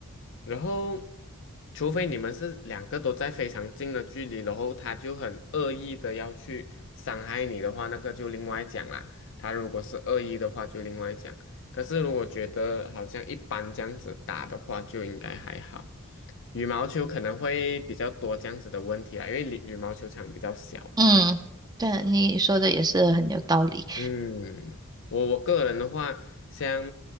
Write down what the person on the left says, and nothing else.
然后除非你们是两个都在非常近的距离，然后他就很恶意的要去伤害你的话，那个就另外讲啦。他如果是恶意的话，就另外讲。可是如果觉得好像一般这样子打的话，就应该还好。羽毛球可能会比较多这样子的问题啦，因为羽羽毛球场比较小嘛。
嗯，我我个人的话，像